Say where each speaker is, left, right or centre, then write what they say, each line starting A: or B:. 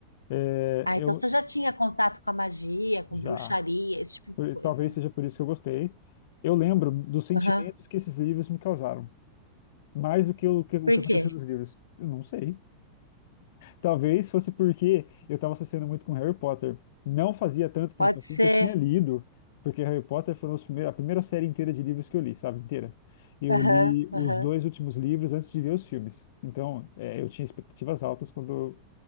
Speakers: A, on the left; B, on the left.
A: É,
B: Ah,
A: eu
B: então você já tinha contato com a magia, com
A: já,
B: bruxaria, esse tipo
A: por-
B: de coisa.
A: talvez seja por isso que eu gostei. Eu lembro dos sentimentos
B: Aham.
A: que esses livros me causaram, mais do que o que, o
B: Por
A: que aconteceu
B: quê?
A: nos livros. Eu não sei. Talvez fosse porque eu estava associando muito com Harry Potter. Não fazia tanto tempo
B: Pode
A: assim
B: ser.
A: que eu tinha lido, porque Harry Potter foram os primeiros, a primeira série inteira de livros que eu li, sabe? Inteira. Eu
B: Aham,
A: li
B: aham,
A: os dois últimos livros antes de ver os filmes. Então, é, eu tinha expectativas altas quando